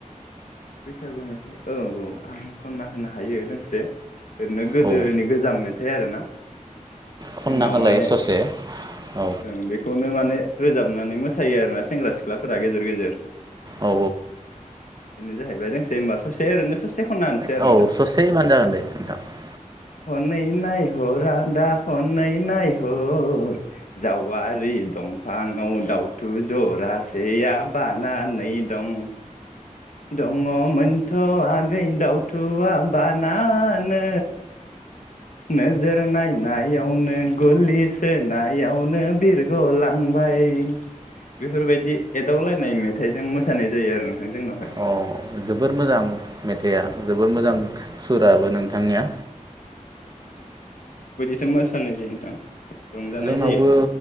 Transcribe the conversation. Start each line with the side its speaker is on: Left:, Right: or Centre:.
Left: बैसागु मेथाइ औ औ आं खनना होनो हायो दों से ओरैनो गोदोनि
Right: औ
Left: गोजाम मेथाइ आरोना
Right: खनना
Left: जोंनाव
Right: होलाय
Left: माने
Right: ससे औ
Left: ओं बेखौनो माने रोजाबनानै मोसायो आरोना सेंग्रा सिख्ला फोरा गेजेर गेजेर।
Right: औ
Left: बेनो जाहैबाय दोंसे होनबा ससे ओरैनो ससे खनना होनसै आरो
Right: औ
Left: नोंथां
Right: ससे होबानो जागोन दे नोंथां
Left: ओं। हनै नायहर आदा हनै नायहर जावारि दंफाङाव दाउथु जरासेया बानानै दं। दङमोनथ' आगै दावथुवा बानानै नोजोर नायनायावनो गलि सोनायावनो बिरग'लांबाय बेफोरबायदि एदावलायनाय मेथाइजों मोसानाय जायो आरो नोंथां जोंनावहाय।
Right: अ जोबोर मोजां मेथाइआ
Left: ओं
Right: जोबोर मोजां सुराबो नोंथांनिया।
Left: थो मोसानाय जायो नोंथां। रंजानाय
Right: जोंनावबो
Left: जायो